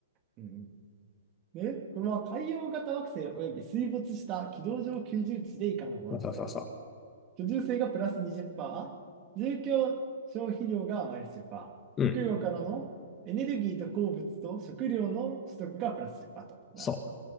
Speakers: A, on the right; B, on the left.
A: うん。で、これは海洋型惑星及び水没した軌道上居住地で以下のボーナス
B: そうそうそうそ
A: 居住税がプラス20%、住居消費量がマイナス10%、
B: う。うん。
A: 食料からのエネルギーと鉱物と食料の取得がプラス10%と。
B: そう。
A: なるほど。